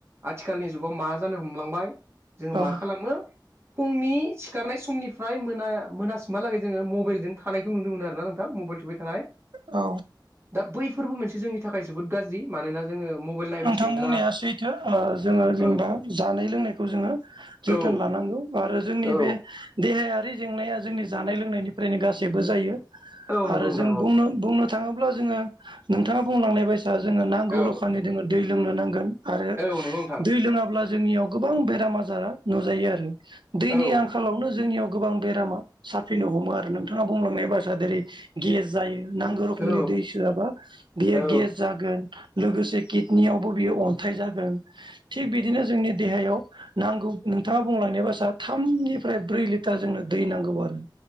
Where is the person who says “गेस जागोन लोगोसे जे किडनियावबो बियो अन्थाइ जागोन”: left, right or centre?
Right